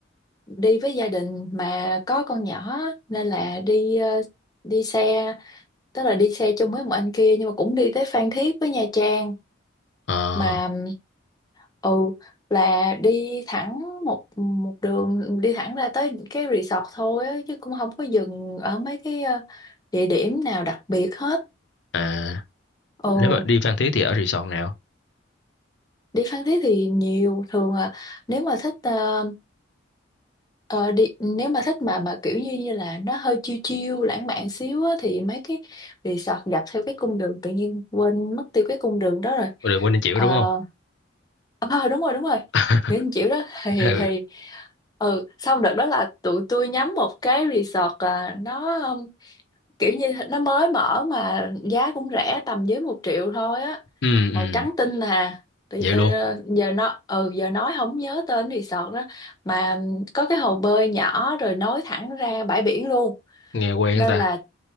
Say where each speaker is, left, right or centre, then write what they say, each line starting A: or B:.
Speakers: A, on the left; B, on the left.
A: đi với gia đình mà có con nhỏ á, nên là đi ờ, đi xe, tức là đi xe chung với một anh kia nhưng mà cũng đi tới Phan Thiết với Nha Trang
B: Ờ,
A: mà ừ là đi thẳng một một đường đi thẳng ra tới cái resort thôi á, chứ cũng không có dừng ở mấy cái ờ, địa điểm nào đặc biệt hết
B: à,
A: ừ
B: nếu mà đi Phan Thiết thì ở resort nào?
A: đi Phan Thiết thì nhiều thường là nếu mà thích ờ, ờ, đi nếu mà thích mà mà kiểu như như là nó hơi chill chill lãng mạn xíu á, thì mấy cái resort dọc theo cái cung đường tự nhiên quên mất tiêu cái cung đường đó rồi
B: Đường Quỳnh Anh chịu
A: Ờ,
B: đúng không?
A: Ờ đúng rồi đúng rồi
B: <laughs>
A: Nguyễn Anh Chiểu đó thì
B: ừ
A: thì ừ xong đợt đó là tụi tôi nhắm một cái resort à, nó um, kiểu như nó mới mở mà giá cũng rẻ tầm dưới một triệu thôi á
B: ừ ừ
A: màu trắng tinh à Tự-
B: vậy
A: ờ,
B: luôn
A: giờ nó ừ giờ nói không nhớ tên resort đó mà um, có cái hồ bơi nhỏ rồi nối thẳng ra bãi biển luôn
B: nghe quen
A: nên
B: ta
A: là